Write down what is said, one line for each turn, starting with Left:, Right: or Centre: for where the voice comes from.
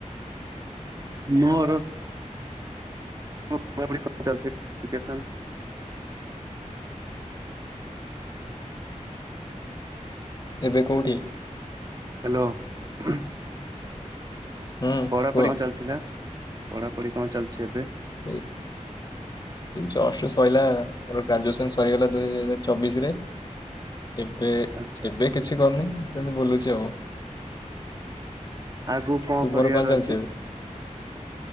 Right: ନ ପଢା ପଢି କଣ ଚାଲିଛି ଲୋକେସନ?
Left: ଏବେ କୋଉଠି?
Right: ହ୍ୟାଲୋ <unintelligible>
Left: ହୁଁ
Right: ପଢାପଢି
Left: କୁହ
Right: କଣ ଚାଲିଥିଲା ପଢାପଢି କଣ ଚାଲିଛି ଏବେ?
Left: ହୁଁ। ଜଷ୍ଟ ସରିଲା ଆୋର ଗ୍ରାଜୁଏସନ ସରିଗଲା ଦୁଇ ହଜାର ଚବିଶ ରେ। ଏବେ
Right: ଆଚ୍ଛା
Left: ଏବେ କିଛି କରିନି ସେମିତି ବୁଲୁଛି ଆଉ।
Right: ଆଗକୁ କଣ
Left: ତୁମର
Right: କରିବାର
Left: କଣ ଚାଲିଛି?
Right: ଅଛି